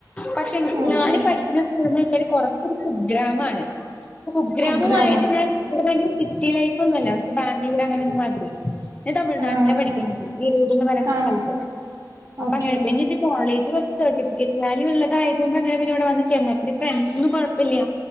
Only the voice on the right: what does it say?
ഓക്കെ
കുഗ്രാമം
ആഹ്
ആഹ്
ആഹ്
ഓക്കെ